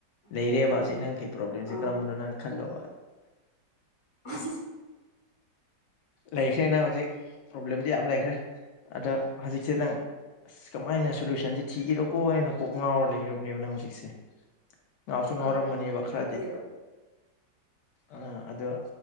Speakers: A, on the left (about 25°); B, on the left (about 75°).
A: ꯑꯥ
B: ꯂꯩꯔꯦꯕ
A: ꯂꯩꯔꯦ
B: ꯍꯧꯖꯤꯛ ꯅꯪꯒꯤ ꯄ꯭ꯔꯣꯕ꯭ꯂꯦꯝꯁꯦ
A: ꯑꯥ
B: ꯀꯔꯝꯕꯅꯣ ꯅꯪ ꯈꯜꯂꯣꯕ
A: ꯑ
B: ꯂꯩꯈ꯭ꯔꯦ ꯅꯪ ꯍꯧꯖꯤꯛ ꯄ꯭ꯔꯣꯕ꯭ꯂꯦꯝꯗꯤ ꯌꯥꯝ ꯂꯩꯈ꯭ꯔꯦ ꯑꯗꯣ ꯍꯧꯖꯤꯛꯁꯦ ꯅꯪ ꯑꯁ ꯀꯃꯥꯏꯅ ꯁꯣꯂꯨꯁꯟꯁꯤ ꯊꯤꯈꯤꯔꯣꯀꯣ ꯍꯥꯏꯅ ꯀꯣꯛ ꯉꯥꯎꯔ ꯂꯩꯔꯕꯅꯦꯕ ꯅꯪ ꯍꯧꯖꯤꯛꯁꯦ ꯉꯥꯎꯁꯨ ꯉꯥꯎꯔꯝꯃꯅꯤꯕ
A: ꯑꯥ
B: ꯈꯔꯗꯤ
A: ꯑꯗꯨ ꯀꯩꯗꯧ
B: ꯑ ꯑꯗꯣ